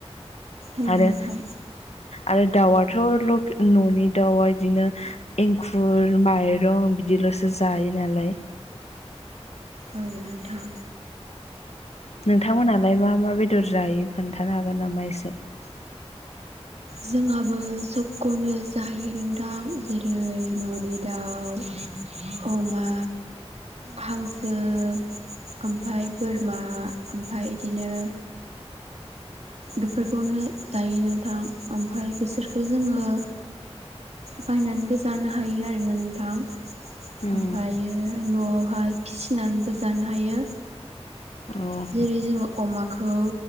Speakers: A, on the right; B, on the left.
A: औ
B: आरो
A: नोंथां
B: आरो दावा थ' लक न'नि दाउआ गदिनो एंखुर माइरं बिदिल'सो जायो नालाय
A: औ नोंथां
B: नोंथांमोनहालाय मा मा बेदर जायो खोन्थानो हागोन नामा एसे? <unintelligible>
A: जोंहाबो सबखौनो जायो नोंथां जेरै न'नि दाउ अमा हांसो ओमफाय बोरमा ओमफाय इदिनो बेफोरखौनो जायो नोंथां ओमफ्राय बिसोरखौ जोङो बायनानैबो जानो हायो आरोना नोंथां।
B: उम
A: ओमफ्रायो न'आवहाय फिसिनानैबो जानो हायो।
B: औ
A: जेरै जोङो अमाखौ